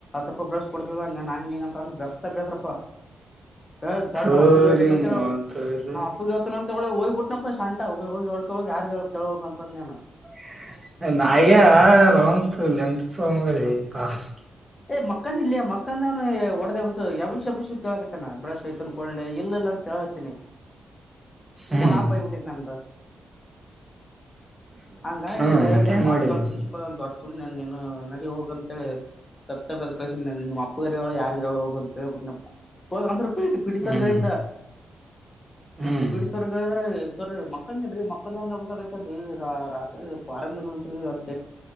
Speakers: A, on the left; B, on the right.
A: ರೂಪಾಯಿ ಬ್ರಶ್ ಕೊಡ್ತದ ನಂಗಂಗಂತ ಬೆತ್ತ ಬೇದ್ರಪ್ಪ <inaudible> ತಾಡಿ
B: ತೋರಿ
A: ನಮ್ಮ ಅಪ್ಪಗೆ ಹೇಳಿತಿನಿ ಅಂತ
B: ಮತೋರಿ
A: ನಮ್ಮ ಅಪ್ಪಗೆನ ಅಂತ ಹೇಳಿ ಹೋಗ್ಬಿಟ್ಟು <unintelligible> ಹೋಗಿ ಹೇಳಿಕೊ ಹೋಗಿ ಯಾರಿಗೆ ಹೇಳ್ತಿ ಹೋಗು ಅಂತ ಹೇಳಿದೆ ನಾನು
B: <unintelligible> <unintelligible>
A: ಹೇಯ್ ಮಕ್ಕಂದ ಇಲ್ಲಿಯ ಮಕ್ಕಂದಾನ ಹೊಡೆದು ಎಬ್ಬಿಸಿ ಎಬ್ಬಿಸಿ ಎಬ್ಬಿಸಿ ಕೇಳಕತನ ಬ್ರಶ್ ಐತನ್ ಕೊಡ್ಲೆ ಇಲ್ಲ ಇಲ್ಲ ಅಂತ ಹೇಳತೀನಿ
B: ಹ್ಮ್
A: ತಲೆ ಹಾಪ ಆಗಿಬಟ್ಟಿದೇ ನಂದು <inaudible> ಹಂಗ್ ಹಾಗಿ
B: ಹ್ಮ್
A: ಹೇಳೀನಿ
B: ಮತ್ತೆ
A: ನಾನ್
B: ಹೆಂಗ್
A: ನಿಮ್ಮ
B: ಮಾಡಿ
A: ದೊಡ್ಡ
B: ಮತ್ತ
A: ಪ್ರಿನ್ಸಿಪಾಲ್ ದೊಡ್ಡ ಸುಮ್ನೆ ನೀನು ನೇಡಿ ಹೋಗ ಅಂತೇಳಿ ತತ್ತ ಬೈದು ಕಳಿಸಿನಿ ನಿಮ್ಮ ಅಪ್ಪಗರ ಹೇಳೋ ಯಾರಿಗರವಳು ಹೋಗ ಅಂತ ಹೇಳಿಬಿಟ್ಟನ ಹೋಗ ಅಂದ್ರೆ <unintelligible> ಪಿಟಿ ಸರ್
B: ಹ್ಮ್
A: ಗೆ ಹೇಳಿದ
B: ಹ್ಮ್
A: ಪಿಟಿ ಸರ್ ಗೆ ಹೇಳಿದ್ರೆ ಸರ್ ಮಕ್ಕಂದ ನ್ರಿ ಮಕ್ಕಂದ ಅವನ್ಸ ಎಬ್ಬಿಸಾಕ ರಾತ್ರಿ <inaudible>